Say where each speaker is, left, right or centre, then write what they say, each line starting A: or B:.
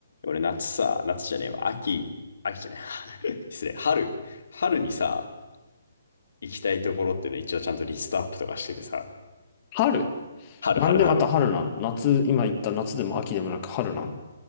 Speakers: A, on the left; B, on the left.
A: 俺夏さ、夏じゃねえわ、秋、秋じゃねえ、<laughs> 失礼、春、春にさ、行きたいところっていうの一応ちゃんとリストアップとかしててさ、
B: 春
A: 春、
B: なんでまた春なの夏、
A: 春、春。
B: 今言った夏でも秋でもなく春なの